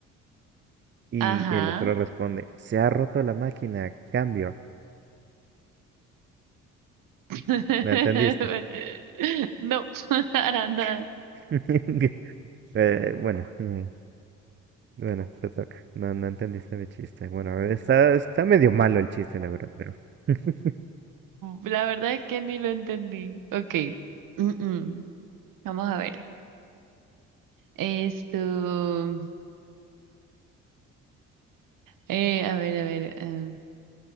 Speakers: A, on the right; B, on the right.
A: Y
B: Ajá.
A: el otro responde, se ha roto la máquina, cambio.
B: <laughs>
A: ¿Me entendiste?
B: No, <laughs> para nada.
A: <laughs> Eh, bueno, mm, bueno, te toca. No, no entendiste mi chiste. Bueno, está, está medio malo el chiste, la verdad, pero. <laughs>
B: La verdad es que ni lo entendí. Ok. Mm, mm. Vamos a ver. Esto, eh, a ver, a ver, eh,